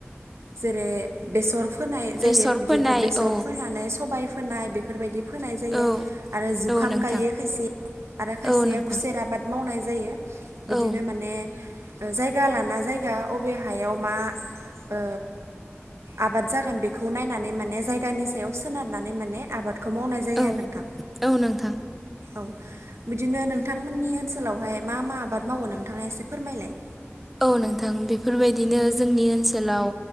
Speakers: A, on the right; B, in the centre.
A: जेरै बेसर फोनाय
B: बेसर
A: जायो बिदिनो
B: फोनाय
A: बेसर
B: औ
A: फोनानै सबाय फोनाय बेफोरबायदि फोनाय जायो
B: औ
A: आरो जुखाम
B: औ नोंथां
A: गायो खायसे आरो खायसेया
B: औ नोंथां
A: खुसेर आबाद मावनाय जायो बिदिनो
B: औ
A: माने जायगा लाना जायगा अबे हायाव मा ओ आबाद जागोन बेखौ नायनानै माने जायगानि सायाव सोनारनानै माने आबाद खौ मावनाय जायो
B: औ
A: आरो नोंथां
B: औ नोंथां
A: औ बिदिनो नों नोंथांमोननि ओनसोलावहाय मा मा आबाद मावो नोंथाङा एसे फोरमायलाय।
B: औ नोंथां बेफोरबायदिनो जोंनि ओनसोलाव